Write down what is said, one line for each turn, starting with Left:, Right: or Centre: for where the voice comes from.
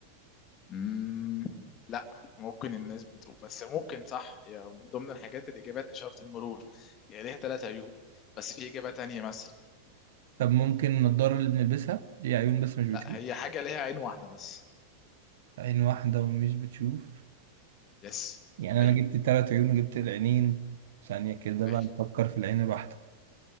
Left: امم لا ممكن الناس بتقول بس ممكن صح هي من ضمن الحاجات الاجابات اشارة المرور يعني ليها ثلاث عيون بس في اجابة تانية مثلا
Right: طب ممكن النضارة اللي بنلبسها ليها عيون بس مش
Left: لا
Right: بتشوف
Left: هي حاجة ليها عين واحدة بس
Right: عين واحدة ومش بتشوف
Left: يس
Right: يعني
Left: ايوه
Right: أنا جبت التلات عيون وجبت العينين ثانية كده بقى
Left: ايوه
Right: نفكر في العين الواحدة